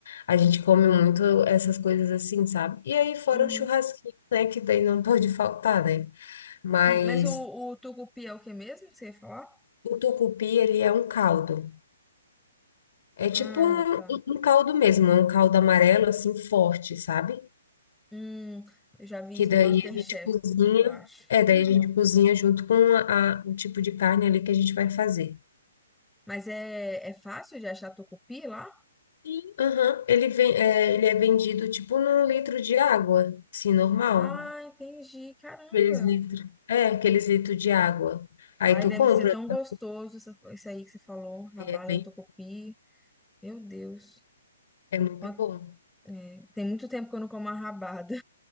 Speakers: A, on the left; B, in the centre.
A: A gente come muito essas coisas assim, sabe? E aí, fora
B: Uhum.
A: o churrasquinho, né? Que daí não pode faltar, né? Mas
B: Sim, mas o, o tucupi é o que mesmo que você ia falar?
A: o tucupi, ele é um caldo. É tipo
B: Ah,
A: um,
B: tá.
A: um um caldo mesmo, é um caldo amarelo, assim, forte, sabe?
B: Hum, eu já vi
A: Que
B: isso
A: daí
B: no MasterChef,
A: a gente cozinha.
B: eu acho.
A: É, daí
B: <laughs>
A: a gente cozinha junto com a, a- o tipo de carne ali que a gente vai fazer.
B: Mas é, é fácil de achar tucupi lá?
A: E, aham, ele vem, é, ele é vendido tipo num litro de água, assim, normal.
B: Ah, entendi. Caramba.
A: Aqueles litros. É, aqueles litros de água. Aí
B: Ai,
A: tu
B: deve
A: compra,
B: ser tão gostoso
A: né?
B: isso isso aí que você falou, rabada
A: é bem,
B: no tucupi. Meu Deus.
A: é muito
B: Quant-
A: bom.
B: é, tem muito tempo que eu não como a rabada.